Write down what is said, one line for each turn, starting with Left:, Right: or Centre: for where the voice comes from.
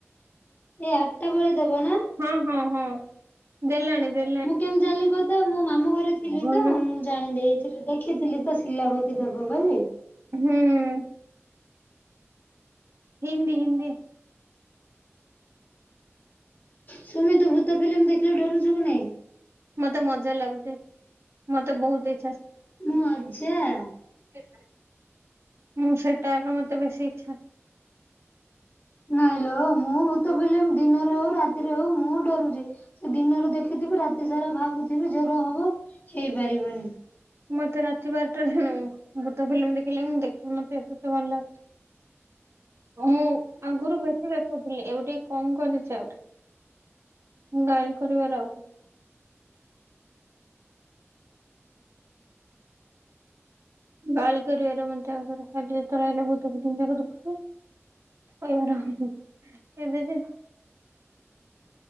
Left: ଏ ଆଟଟା ବେଳେ ଦେବେ ନା।
Right: ହଁ ହଁ ହଁ ଦେଲାଣି ଦେ
Left: ମୁଁ କେମିତି ଜାଣିଲି କ ତ ମୋ ମାମୁଁ ଘରେ ଥିଲି
Right: ହୁଁ
Left: ତ ମୁଁ ଜାଣି ଦେଇେଇଥିଲି। ଦେଖିଥିଲି ତ ସିଲାବତୀ ଦେବ ବୋଲି।
Right: ହୁଁ। ହିନ୍ଦୀ ହିନ୍ଦୀ।
Left: ସୁମି ତୁ ଭୂତ ଫିଲ୍ମ ଦେଖିଲେ ଡରୁଛୁ କି ନାଇଁ।
Right: ମତେ ମଜା ଲାଗୁଚେ ମତେ ବହୁତିି।
Left: ମୁଁ ଅଜା
Right: <unintelligible> ମୁଁ ସେଇଟା ଏକ ମତେ ବେଶୀ ଇଚ୍ଛା।
Left: ନାଇଁଲୋ ମୁଁ ଭୂତ ଫିଲିମ ଦିନରେ ହଉ ରାତିରେ ହଉ ମୁଁ ଡରୁଚି। ସେ ଦିନରେ ଦେଖିଥିବି ରାତି ସାରା ଭାବୁଥିବି ଜର ହବ ହେଇପାରିବନି।
Right: ମତେ ରାତି ବାରଟା ଜାଣ ଭୂତ ଫିଲ୍ମ ଦେଖିଲେ ମୁଁ ଦେଖ ମତେ ସେତେ ଭଲ ଲାଗୁଚି।
Left: ହ
Right: ମୁଁ ଆଗରୁ ବେଶୀ ଦେଖୁଥିଲି ଏବେଟେ କଣ କରିଚି ଆହୁରି ଗାଳି କରିବାର ଆଉ। ଗାଳି କରିବାର ମତେ ଆଙ୍କର ଖାଲି ଯେତେବେଳେ ଅଇଲେ ଭୁତ ଫିଲିମ ଯାକ ଦେଖୁଚୁ। <unintelligible>